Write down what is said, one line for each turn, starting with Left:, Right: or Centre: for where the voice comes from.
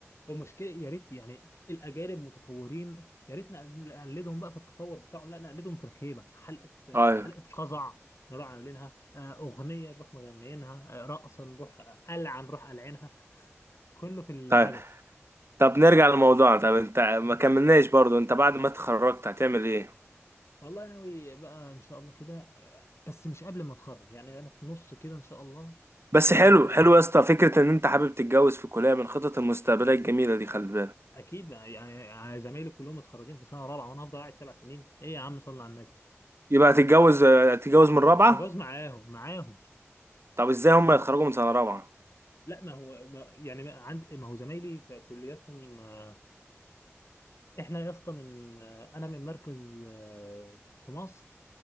Left: هو مشكلة إيه؟ يا ريت يعني الأجانب متطورين يا ريت نقل- نقلدهم بقى في التطور بتاعهم لا نقلدهم في الخيبة حلقة آه،
Right: ايوه
Left: حلقة قزع نروح عاملينها آه، أغنية نروح مغنيينها آه، رقصة نروح قلعة نروح قلعينها كله في الهبل
Right: طيب طب نرجع لموضوعنا طب انت ما
Left: مم.
Right: كملناش برضو انت بعد ما اتخرجت هتعمل ايه
Left: والله ناوي بقى إن شاء الله كده آه، بس مش قبل ما أتخرج يعني أنا في نص كده إن شاء الله
Right: بس
Left: آه،
Right: حلو حلو يا اسطى فكره ان انت حابب تتجوز في كليه من خطط المستقبليه الجميله دي خلي بالك
Left: أكيد بقى يعني يعني زمايلي كلهم متخرجين في سنة رابعة وأنا هفضل قاعد سبع سنين إيه يا عم صلي على النبي
Right: يبقى هتتجوز هتتجوز من رابعه
Left: هجوز معاهم معاهم
Right: طب ازاي هم يتخرجوا من سنه رابعه
Left: لا ما هو ما يعني ما عند ما هو زمايلي في كلياتهم آه، احنا يا اسطى من آه، انا من مركز آه، في مصر